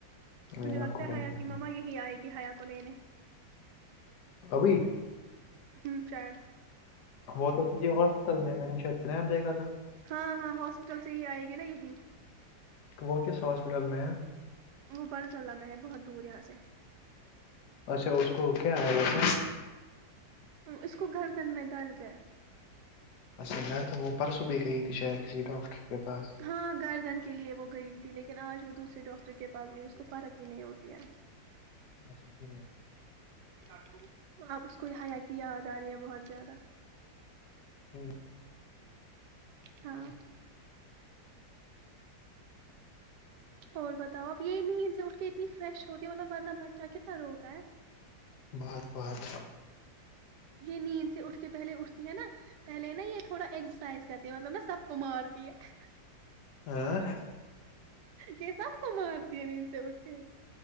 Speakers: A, on the left (about 65°); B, on the right (about 70°).
A: میں
B: مجھے
A: نے
B: لگتا
A: آپ کو
B: ہے
A: وہی
B: حیا
A: بتایا
B: کی مما یہی آئے گ ہیا کو لینے
A: ابھی
B: ہ سر <inaudible>
A: وہ تو کسی ہاسپٹل میں میں نے شاید سنیپ دیکھا تھا
B: ہاں ہاں ہاسپٹل سے ہی آئے گی نا یہی
A: وہ کس ہاسپٹل میں ہے
B: وہ برز اللہ میں ہے بہت دور یہاں سے
A: اچھا اس کو کیا ہے گس
B: اس کو گھر بند میںتا رہتے <inaudible>
A: اچھا گھر تو وہ پرسوں بھی گئی تھی شاید کسی ڈاکٹر کے پاس
B: ہاں گردن کے لیے وہ گئی تھی لیکن آج وہ دوسرے ڈاکٹر کے پاس گئی اسس کو فرق ہی نہیں ہوتی ہے
A: اچھا ٹھیک ہے
B: <inaudible> آپ اس کو یہاں کی یاد آ رہی ہیں بہت زیادہ
A: ٹھیک
B: ہاں
A: ٹھیک
B: اور بتاؤ آپ یہ نہیں اٹھ کے اتنی فریش ہوتی ہے مطلب ورنہ بچہ کتنا روتا ہے
A: بہت بہت
B: یہ نیند سے اٹھ کے پہلے اٹھتی ہے نا پہلے نا یہ تھوڑا ایکسرسائز کرتی ہے مطلب نا سب کو مارتی ہے
A: ہ <inaudible>
B: کیسب کو مارتی ہے نیند سے اٹھ کے